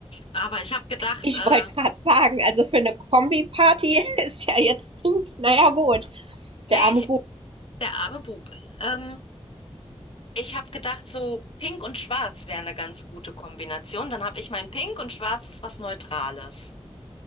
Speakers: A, on the left (about 55°); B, on the right (about 55°).
A: aber ich habe gedacht,
B: ich
A: äh,
B: wollte gerade sagen, also für eine Kombi-Party <laughs> ist ja jetzt pink. Naja, gut.
A: naja,
B: Der arme
A: ich,
B: Bub.
A: der arme Bub. Ähm, ich habe gedacht, so Pink und Schwarz wäre eine ganz gute Kombination. Dann habe ich mein Pink und Schwarz ist was Neutrales.